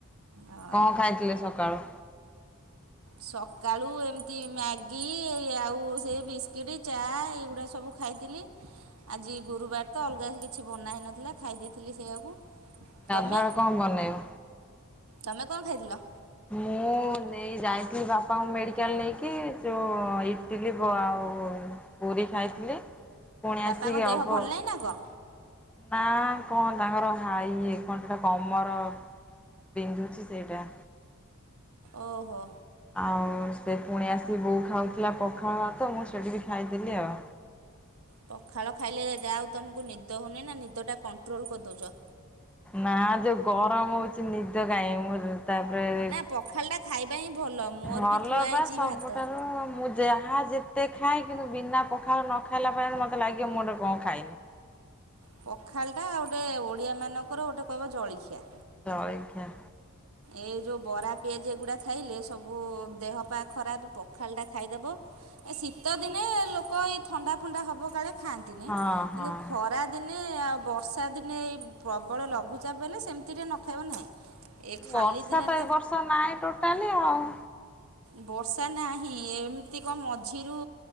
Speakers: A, on the right; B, in the centre.
A: ହଁ
B: କଣ ଖାଇଥିଲେ ସକାଳୁ?
A: ସକାଳୁ ଏମିତି ମ୍ୟାଗି ଆଉ ସେଇ ବିସ୍କିଟ୍ ଚା ଏଇଗୁଡ଼ା ସବୁ ଖାଇଥିଲି। ଆଜି ଗୁରୁବାର ତ ଅଲଗା କିଛି ବନା ହୋଇ ନଥିଲା ଖାଇ ଦେଇଥିଲି ସେଇୟାକୁ।
B: ଗାଧୁଆବେଳେ
A: ତମେ?
B: କଣ ବନେଇବ?
A: ତମେ କଣ ଖାଇଥିଲ?
B: ମୁଁ ନେଇ ଯାଇଥିଲି ବାପାଙ୍କୁ ମେଡ଼ିକାଲ୍ ନେଇକି ଯୋଉ ଇଟିଲି ବ ଆଉ ପୁରୀ ଖାଇଥିଲି। ଫୁଣି
A: ବାପାଙ୍କ
B: ଆସିକି
A: ଦେହ
B: ଅଳ୍ପ
A: ଭଲ ନାହିଁ ନା କଣ?
B: ମାଆ କଣ ତାଙ୍କର ହାଇ ଏଇ କଣ ତ କମର ବିନ୍ଧୁଚି ସେଇଟା।
A: ଓଃ ହୋ।
B: ଆଉ ସେ ଫୁଣି ଆସିବେ ବୋଉ ଖାଉଥିଲା ପଖାଳ ତ ମୁଁ ସେଇଠି ବି ଖାଇଦେଲି ଆଉ।
A: ପଖାଳ ଖାଇଲେ ଯାହା ହଉ ତମୁକୁ ନିଦ ହୋଉନି ନା ନିଦଟା କଣ୍ଟ୍ରୋଲ୍ କରିଦୋଉଚ।
B: ନା ଯୋଉ ଗରମ ହୋଉଚି ନିଦ କାଇଁ ମୁଁ ତାପରେ
A: ନା ପଖାଳଟା ଖାଇବା ହିଁ ଭଲ। ମୋର
B: ଭଲ
A: ବି ଥୁଆ ହେଇଚି
B: ବା ସବୁଠାରୁ
A: ଭାତ।
B: ମୁଁ ଯାହା ଯେତେ ଖାଏ କିନ୍ତୁ ବିନା ପଖାଳ ନ ଖାଇଲା କେଇଆଣି ମୋତେ ଲାଗିବ ମୁଁ ତ କଣ ଖାଇନି।
A: ପଖାଳ ଟା ଗୋଟେ ଓଡ଼ିଆମାନଙ୍କର ଗୋଟେ କହିବ ଜଳିଖିଆ।
B: ଜଳିଖିଆ
A: ଏଇ ଯୋଉ ବରା ପିଆଜି ଏଗୁଡ଼ା ଖାଇଲେ ସବୁ ଦେହ ପା ଖରାପ୍ ପଖାଳ ଟା ଖାଇଦବ ଏ ଶୀତ ଦିନେ ଲୋକ ଏଇ ଥଣ୍ଡା ଫଣ୍ଡା ହବ କାଳେ ଖାଆନ୍ତିନି
B: ହଁ
A: କିନ୍ତୁ
B: ହଁ।
A: ଖରା ଦିନେ ଆଉ ବର୍ଷା ଦିନେ ଏ ପ୍ରବଳ ଲଘୁଚାପ ହେଲେ ସେମିତିରେ ନ ଖାଇବ ନାହିଁ। ଏ ଖାଲି
B: ବର୍ଷା
A: ଦିନରେ
B: ତ ଏ ବର୍ଷ ନାହିଁ ଟୋଟାଲି ଆଉ।
A: ବର୍ଷା ନାହିଁ ଏମିତି ଙ୍କ ମଝିରୁ